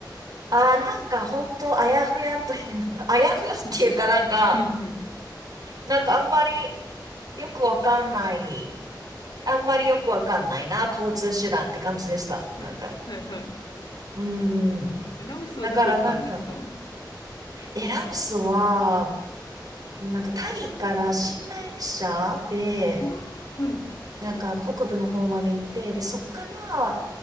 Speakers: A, on the right; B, on the left.
A: あ、なんか本当あやふやというか、<laughs> あやふやっていうかなんか、
B: うん。うんうん。
A: なんかあんまりよくわかんない、あんまりよくわかんないな、交通手段って感じでした。
B: はい、
A: なんか、
B: はい、はい。
A: うーん。
B: えラオスはどこ行ったんですかわ
A: だからなんか、え、ラオスは、なんかタイから寝台列車で、
B: あ、はい、
A: なんか北部の方まで行って、で、そっから、